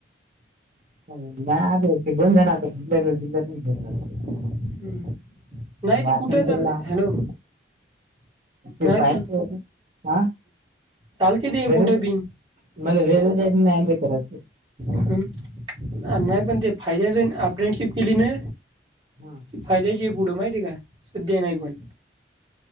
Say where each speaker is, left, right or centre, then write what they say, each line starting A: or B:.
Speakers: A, on the right (about 45°); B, on the right (about 25°).
A: नाही आता ते बंद झाले आता जिल्ह्याच्या जिल्ह्यात नाही घेतात.
B: हम्म. नाही
A: वासनपुरला
B: ते कुठे चालते हॅलो
A: ते
B: नाही
A: बाहे
B: तुला
A: ओ आ.
B: चालते ते
A: <unintelligible>
B: कुठे बिन नाही पण ते फायद्याच आहे अप्रेंडशिप केली ना.
A: <unintelligible>
B: फायद्याची पुढं माहितीय का सध्या नाही पण